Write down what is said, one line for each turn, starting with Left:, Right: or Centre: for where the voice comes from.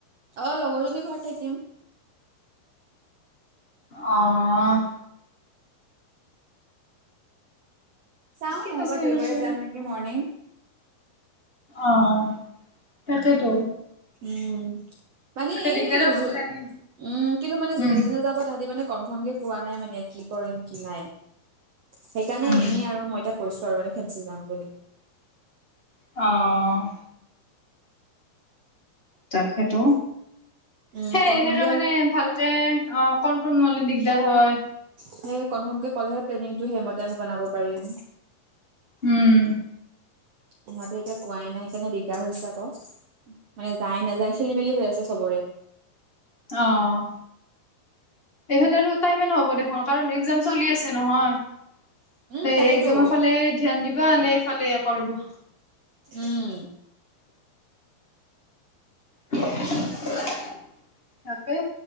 Right: অ লগৰজনী ঘৰত থাকিম
Left: অ'।
Right: চাওঁ
Left: ঠিকে
Right: নহ'বা,
Left: আছে
Right: দেওবাৰে
Left: এনেকৈ
Right: যাম নেকি মৰ্ণিং!
Left: অ' তাকে তো।
Right: উম মানে এই
Left: দিগদাৰে হ'ব
Right: যো
Left: কিজানি
Right: উম কিন্তু মানে যোনে
Left: উম
Right: যোনে যাব তাহাঁতি মানে কনফৰ্ম কে কোৱা নাই মানে কি কৰিম কি নাই সেইকাৰণে
Left: উম
Right: এনেই আৰু মই কৈছো আৰু মানে ফেঞ্চি যাম বুলি।
Left: অ'। তাকেতো।
Right: উম
Left: সেই
Right: কনফাৰ্ম
Left: এনেকে
Right: কে
Left: মানে ভালকে অ' কনফৰ্ম নহ'লে দিগদাৰ হয়।
Right: সেই কনফৰ্মকে ক'লেহে প্লেনিংটো সেইমতে আমি বনাব পাৰিম।
Left: উম।
Right: পোহাতো এতিয়া কোৱাই নাই কেনে দিগদাৰ হৈছে। ক মানে যাই নাযায় খেলি মেলি হৈ আছে চবৰে।
Left: অ'। এইফালে আৰু টাইমে নহ'ব দেখোন কাৰণ এক্সাম চলি আছে নহয়।
Right: উম
Left: সেয়ে
Right: তাকেতো
Left: একজামৰ ফালে ধ্যান দিবা নে এইফালে কৰিব।
Right: উম।
Left: <unintelligible> তাকে